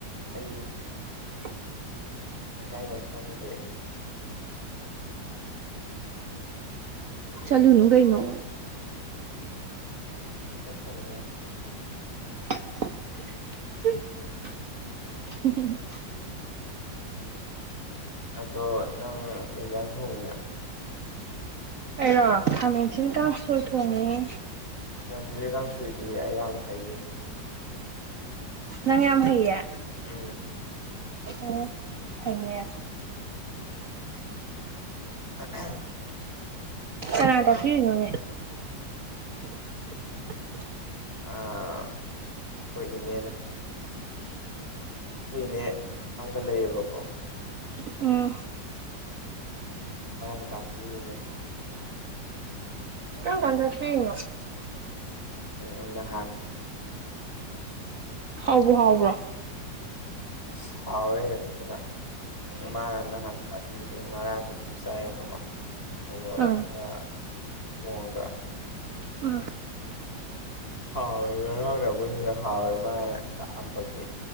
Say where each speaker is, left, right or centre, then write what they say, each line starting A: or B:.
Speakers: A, on the left (about 30°); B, on the right (about 55°).
A: ꯑꯩ꯫
B: <inaudible>
A: ꯀꯩ ꯍꯥꯏꯅ‌ꯣ ꯈꯪꯗ‍꯭ꯔ‌ꯦ
B: ꯆꯠꯂꯨꯅꯨ ꯀꯩꯅ‌ꯣ
A: ꯆꯠꯀꯅꯤꯌꯦ
B: <unintelligible>
A: ꯑꯗꯣ ꯅꯪ ꯀꯩ ꯏꯟꯖꯥꯡ ꯊꯣꯡꯉꯤꯅ‌ꯣ
B: ꯑꯩꯔꯣ ꯈꯥꯃꯦꯟꯁꯤꯟ ꯀꯥꯡꯁ‌ꯣꯏ ꯊꯣꯡꯉꯦ
A: <unintelligible> ꯕꯤ ꯀꯥꯡꯁ‌ꯣꯏꯗꯤ ꯑꯩ ꯌꯥꯝ ꯍꯩꯌꯦ
B: ꯅꯪ ꯌꯥꯝ ꯍꯩꯌ‌ꯦ
A: ꯎꯝ
B: ꯑꯣ ꯐꯩꯌ‌ꯦ
A: <inaudible>
B: ꯀꯅꯥꯇ
A: ꯑꯗꯣ
B: ꯍ ꯅꯅꯦ <inaudible>
A: ꯑꯩꯈꯣꯏ ꯏꯅꯦꯅ ꯑꯩꯈꯣꯏꯏꯅꯦ ꯌꯥꯝꯀ ꯂꯩꯌꯦꯕꯀꯣ
B: ꯎ
A: ꯎ ꯇꯥꯛꯄꯤꯦ
B: ꯀ ꯀꯥꯟꯗ ꯊꯅ
A: ꯎꯝ ꯅꯍꯥꯟ
B: ꯍꯕ꯭ꯔ ꯍꯕ꯭ꯔ
A: ꯑꯁ ꯍꯥꯎꯋꯦ ꯐꯖꯅ ꯃꯥꯅ ꯅꯍꯥꯟ ꯇꯥꯛꯄꯤꯕꯗ ꯑꯩ ꯉꯔꯥꯡꯁꯨ ꯑꯗꯨꯝ ꯆꯥꯏꯑꯕꯀꯣ ꯍꯒꯠꯇ
B: ꯎꯝ
A: ꯊꯣꯡꯉꯒ
B: ꯎ
A: ꯍꯥꯎꯋꯦ ꯍꯔ ꯍꯥꯎꯅ ꯑꯃꯨꯛ ꯍꯦꯟꯅ ꯍꯥꯎꯋꯦ ꯃꯥꯅ ꯇꯥꯛꯑꯝꯕꯒꯤ